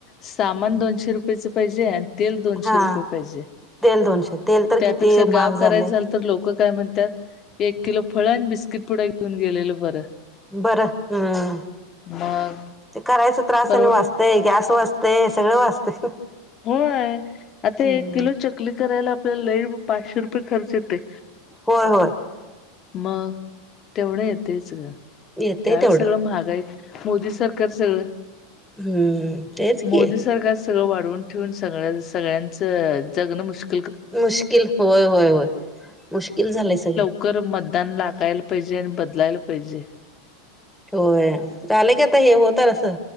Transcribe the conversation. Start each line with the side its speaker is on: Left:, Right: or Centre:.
Left: सामान दोनशे रुपयेचं पाहिजे. तेल दोनशे
Centre: हा.
Left: रुपये पाहिजे.
Centre: तेल दोनशे तेल तर
Left: त्यापेक्षा
Centre: किती महाग
Left: गाव
Centre: झालंय
Left: कराय झाल तर लोक काय म्हणतात एक किलो फळ आणि बिस्किट पुढं घेऊन गेलेलं बरं.
Centre: बरं हम्म.
Left: मग
Centre: ते करायच त्रास
Left: परव
Centre: आणि वाचतय गॅस वाचत ते सगळं वाचतय.
Left: होय. आता
Centre: हम्म.
Left: एक किलो चक् चकली करायला आपल्याला लई पाचशे रुपये खर्च येतोय.
Centre: होय होय.
Left: मग तेवढं येतंच ग.
Centre: येतय
Left: काय
Centre: तेवढं
Left: सगळं महागाई, मोदी सरकार सगळं
Centre: हम तेच
Left: मोदी
Centre: की!
Left: सरकार सगळं वाढवून ठेवून सगळ सगळ्यांचं जगणं मुश्कल
Centre: मुश्किल होय होय होय मुश्किल झालंय सगळं.
Left: चुकर मतदान लागायला पाहिजे आणि बदलायला पाहिजे.
Centre: होय झालं की आता हे होत असं.